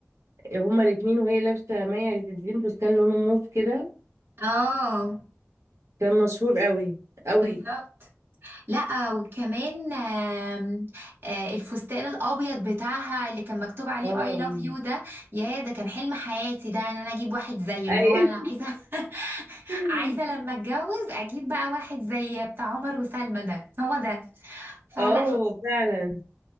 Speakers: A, on the right; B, on the right.
A: هما الاتنين وهي لابسه مي عز الدين فستان لونه موف كده
B: اه
A: كان مشهور قوي قوي
B: بالظبط لا وكمان آم، آه، الفستان الابيض بتاعها اللي كان مكتوب عليه
A: اه
B: اي لاف يو ده يا ده كان حلم حياتي ده ان انا اجيب واحد زيه
A: اي
B: اللي هو انا عايزه <laughs>
A: <laughs>
B: عايزه لما اتجوز اجيب بقى واحد زي بتاع عمر وسلمى ده هو ده فلا
A: اه فعلا